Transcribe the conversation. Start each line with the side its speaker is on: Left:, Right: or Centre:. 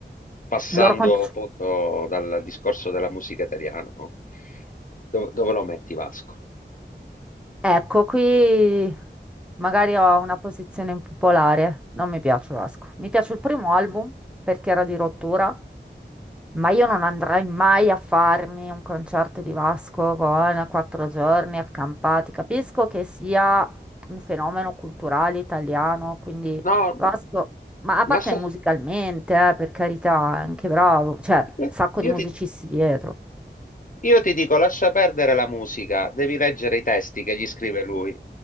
Left: passando
Centre: il loro conce-
Left: appunto dal discorso della musica italiana, no? Dove, dove lo metti Vasco?
Centre: Ecco, qui magari ho una posizione impopolare, non mi piace Vasco. Mi piace il primo album perché era di rottura, Ma io non andrei mai a farmi un concerto di Vasco con quattro giorni accampati. Capisco che sia un fenomeno culturale italiano, quindi
Left: No,
Centre: Vasco, ma a
Left: lascia,
Centre: parte musicalmente, eh, per carità, è anche bravo, cioè,
Left: io,
Centre: sacco di
Left: io
Centre: musicisti
Left: ti,
Centre: dietro.
Left: io ti dico, lascia perdere la musica, devi leggere i testi che gli scrive lui.